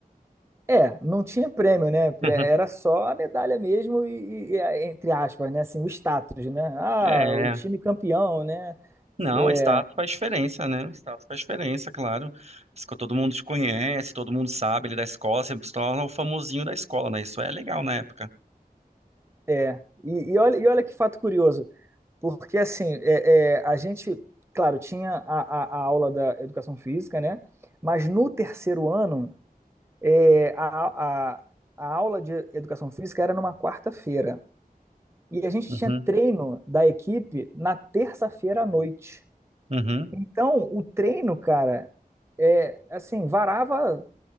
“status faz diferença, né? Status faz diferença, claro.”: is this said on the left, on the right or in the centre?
Right